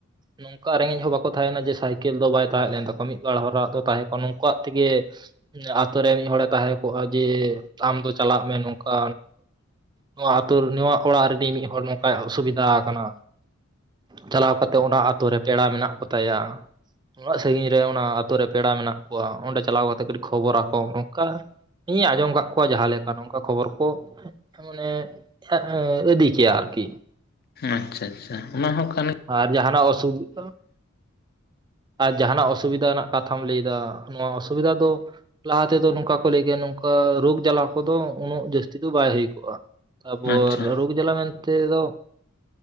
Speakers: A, on the right (about 20°); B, on the left (about 50°).
A: ᱱᱚᱝᱠᱟ ᱨᱮᱸᱜᱮᱡ ᱦᱚᱸ ᱵᱟᱠᱚ ᱛᱟᱦᱮᱸ ᱠᱟᱱᱟ ᱡᱮ ᱥᱟᱭᱠᱮᱞ ᱫᱚ ᱵᱟᱭ ᱛᱟᱦᱮᱸ ᱞᱮᱱ ᱛᱟᱠᱚᱣᱟ ᱢᱤᱫᱵᱟᱨ ᱦᱚᱲᱟᱜ ᱫᱚ ᱛᱟᱦᱮᱸ ᱠᱚᱜ ᱱᱩᱝᱠᱩᱣᱟᱜ ᱛᱮᱜᱮ ᱟᱛᱳ ᱨᱮ ᱢᱤᱫ ᱦᱟᱲ ᱮ ᱛᱟᱦᱮᱸ ᱠᱚᱜᱼᱟ ᱡᱮ ᱟᱢ ᱫᱚ ᱪᱟᱞᱟᱜ ᱢᱮ ᱱᱚᱝᱠᱟ ᱱᱚᱣᱟ ᱟᱹᱛᱩ ᱱᱚᱣᱟ ᱚᱲᱟᱜ ᱨᱤᱱᱤᱡ ᱢᱤᱫ ᱦᱚᱲ ᱱᱚᱝᱠᱟᱭ ᱚᱥᱩᱵᱤᱫᱟ ᱟᱠᱟᱱᱟ ᱪᱟᱞᱟᱣ ᱠᱟᱛᱮᱫ ᱚᱱᱟ ᱟᱹᱛᱩ ᱨᱮ ᱯᱮᱲᱟ ᱢᱮᱱᱟᱜ ᱠᱚ ᱛᱟᱭᱟ ᱾ ᱩᱱᱟᱹᱜ ᱥᱟᱹᱜᱤᱧ ᱨᱮ ᱚᱱᱟ ᱟᱹᱛᱩ ᱨᱮ ᱯᱮᱲᱟ ᱢᱮᱱᱟᱜ ᱠᱚᱣᱟ ᱚᱸᱰᱮ ᱪᱟᱞᱟᱣ ᱠᱟᱛᱮ ᱠᱟᱹᱴᱤᱡ ᱠᱷᱚᱵᱚᱨ ᱟ ᱠᱚ ᱚᱱᱠᱟ ᱤᱧᱤᱧ ᱟᱸᱡᱚᱢ ᱠᱟᱜ ᱠᱚᱣᱟ ᱡᱟᱦᱟᱸ ᱞᱮᱠᱟ ᱱᱚᱝᱠᱟ ᱠᱷᱚᱵᱚᱨ ᱠᱚ ᱢᱟᱱᱮᱟ ᱟ ᱟ ᱤᱫᱤ ᱦᱚᱪᱚᱭᱟ ᱟᱨᱠᱤ ᱾
B: ᱟᱪᱪᱷᱟ ᱟᱪᱪᱷᱟ ᱚᱱᱟ ᱦᱚᱸ ᱠᱟᱱᱜᱮᱭᱟ
A: ᱟᱨ ᱡᱟᱦᱟᱸᱱᱟᱜ ᱚᱥᱩᱵᱤᱫᱷᱟ ᱟᱨ ᱡᱟᱦᱟᱸᱱᱟᱜ ᱚᱥᱩᱵᱤᱫᱟ ᱨᱮᱱᱟᱜ ᱠᱟᱛᱷᱟᱢ ᱞᱟᱹᱭ ᱫᱟ ᱱᱚᱣᱟ ᱚᱥᱩᱵᱤᱫᱟ ᱫᱚ ᱞᱟᱦᱟ ᱛᱮᱫᱚ ᱱᱚᱝᱠᱟ ᱠᱚ ᱞᱟᱹᱭ ᱜᱮᱭᱟ ᱱᱚᱝᱠᱟ ᱨᱳᱜᱽ ᱡᱟᱞᱟ ᱠᱚᱫᱚ ᱩᱱᱟᱹᱜ ᱡᱟᱹᱥᱛᱤ ᱫᱚ ᱵᱟᱭ ᱦᱩᱭ ᱠᱚᱜᱼᱟ ᱾ ᱛᱟᱯᱚᱨ
B: ᱟᱪᱪᱷᱟ
A: ᱨᱳᱜᱽ ᱡᱟᱞᱟ ᱢᱮᱱᱛᱮ ᱫᱚ